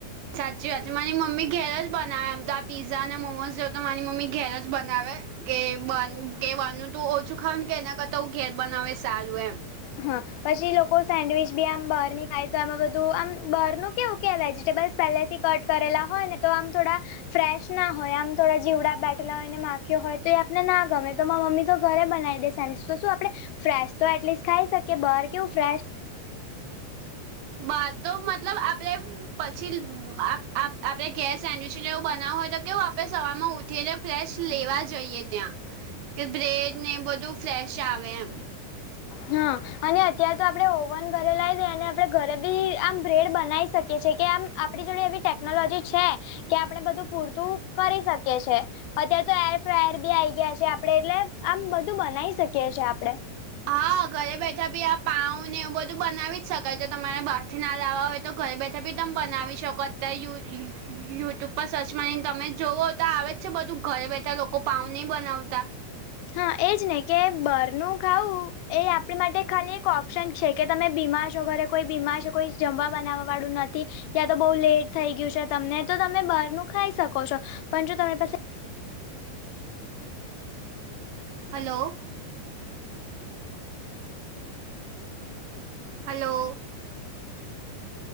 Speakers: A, on the right; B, on the left.
A: સાચી વાત છે મારી મમ્મી ઘેર જ બનાવે એમ તો આ પીઝા અને મોમોઝ જેવ તો મારી મમ્મી ઘેર જ બનાવે. કે કે બન તું ઓછું ખાવ કે એના કરતા ઘેર બનાવે સારું એમ.
B: હા પછી લોકો સેન્ડવીચ બી આમ બહાર ની ખાય તો આમાં બધું આમ બહાર નું કેવું કે વેજીિટેબલ્. પહેલેથી કટ કરેલા હોય ને તો આમ થોડા. ફ્રેશ ના હોય આમ થોડા જીવડા બેઠલા હોય ને માખ્યો હોય તો એ આપને ના ગમે તો મમ્મી તો ઘરે બનાવી દેસ. તો શું આપડે ફ્રેશ તો એટલીસ્ટ ખાઈ શકીએ બાર કેવું ફ્રેશ.
A: બાર તો મતલબ આપણે. પછી આપ આપડે ઘેર સેન્ડવીચને એવું બનાવું હોય તો કેવું આપડે સવાર માં ઉઠીને. ફ્રેશ લેવા જઈએ ત્યાં કે બ્રેડ ને બધું ફ્રેશ આવે એમ.
B: હા અને અત્યારે તો આપણે ઓવન ઘરે લાઈ દઈ અને આપણે ઘરે બી આમ બ્રેડ બનાવી શકીએ છીએ કે આમ. આપણી જોડે એવી ટેકનોલોજી છે કે આપણે બધું પૂરતું કરી શકીએ છે. અત્યારે તો એર ફ્રાયર બી આઈ ગયા છે આપડે એટલે આમ બધું બનાવી શકીએ છે આપડે.
A: હા ઘરે બેઠા બી આ પાઉ ને એવું બધું બનાવી જ શકાય છે તમારે બાર. થી ના લાવવા હોય તો ઘરે બેઠા બી તમે બનાવી શકો અતા. યુટ્યુબ પર સર્ચ મારી ને તમે જોઓ તો આવે જ છે બધું ઘરે બેઠા લોકો પાઉ નહીં બનાવતા.
B: હા એજ ને કે બરનું ખાવું એ આપણી માટે ખાલી એક ઓપ્શન છે. કે તમે બીમારશો ઘરે કોઈ બીમારશે કોઈ જમવા બનાવવાળું નથી કયાં તો બહુ લેટ થઈ ગયું છે તમને તો તમે બહાર નું ખાઈ શકો છો પણ જો તમે પાસા
A: હલો. હલો.